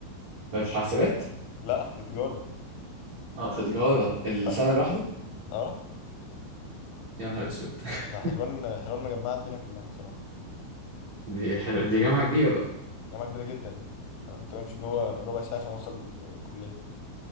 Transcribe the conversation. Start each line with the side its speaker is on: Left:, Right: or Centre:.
Right: في حاسبات
Left: <laughs> لا في تجاره
Right: اه في تجارة السنة
Left: ف...
Right: الواحدة
Left: اه
Right: يا نهار اسود <laughs>
Left: ما حلوان حلوان مجمعة الدنيا كلها بصراحة
Right: دي حلوة دي جامعة كبيرة بقى
Left: جامعة كبيرة جدا أنا كنت بمشي جوه ربع ساعة عشان أوصل لل- للكلية